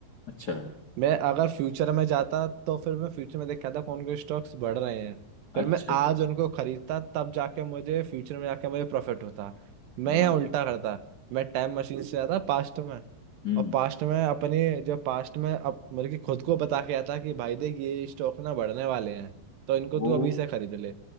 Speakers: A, on the left (about 45°); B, on the right (about 80°).
A: अच्छा
B: मैं अगर फ्यूचर में जाता तो फिर मैं फ्यूचर में देखता था कौन कौन स्टॉक्स बढ़ रहे हैं फिर
A: अच्छा
B: मैं आज उनको खरीदता तब जाके मुझे फ्यूचर में जाके मुझे प्रॉफिट होता मैं
A: हाँ
B: यहाँ उल्टा करता मैं टाइम मशीन से जाता पास्ट में
A: हम्म
B: और पास्ट में अपने जो पास्ट में अप मतलब कि खुद को बता के आता कि भाई देख ये स्टॉक ना बढ़ने वाले हैं तो इनको
A: ओ
B: तू अभी से खरीद ले